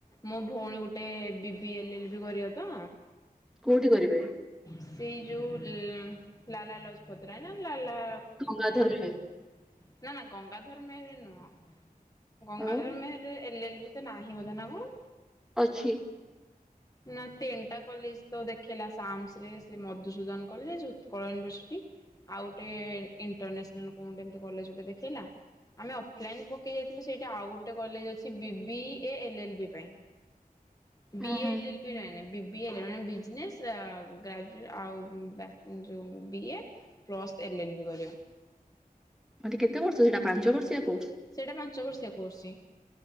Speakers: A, on the left; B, in the centre.
A: ମୋ ଭଉଣୀ ଗୋଟେ B B L L B କରିବା ତ।
B: କୋଉଠି କରିବେ?
A: ସେଇ ଯୋଉ ଲାଲା ଲଜପତ ରାୟ ନା ଲାଲା କଣ
B: ଗଙ୍ଗାଧର
A: ଗୋଟେ
B: ମେହେର
A: ସେମିତି ନା ନା ଗଙ୍ଗା ଗଙ୍ଗାଧର ମେହେରରେ ନୁହଁ Gangadhar
B: ଆଉ
A: Meher L L B ତ ନାହିଁ ବୋଧେ ନା କଣ?
B: ଅଛି।
A: ନା ତିନିଟା କଲେଜ ତ ଦେଖେଇଲା ସାମ୍ସ ରେ ସେ ମଧୁସୂଦନ କଲେଜ, ଉତ୍କଳ ୟୁନିଭର୍ସିଟି ଆଉ ଗୋଟେ ଇଣ୍ଟରନ୍ୟାସନାଲ କଣ ଗୋଟେ ଏମିତି କଲେଜ ଗୋଟେ ଦେଖେଇଲ। ଆମେ ଅଫଲାଇନ ପକେଇ ଦେଇଥିଲୁ ସେଇଠା ଆଉ ଗୋଟେ କଲେଜ ଅଛି B B A L L B ପାଇଁ।
B: ହଁ
A: ବି
B: ହଁ
A: ଏ ବି ବି ନାଇ ନାଇ ବି ବି ଏଲ ମାନେ ବିଜନେସ ଆଉ ଗ୍ରାଯୁ ଆଉ ବ୍ୟା ଯୋଉ B A plus L L B କରିବ।
B: ମାନେ କେତେ ବର୍ଷ ସେଟା ପାଞ୍ଚ ବର୍ଷିଆ କୋର୍ସ?
A: ସେଇଟା ପାଞ୍ଚ ବର୍ଷିଆ କୋର୍ସ ହି।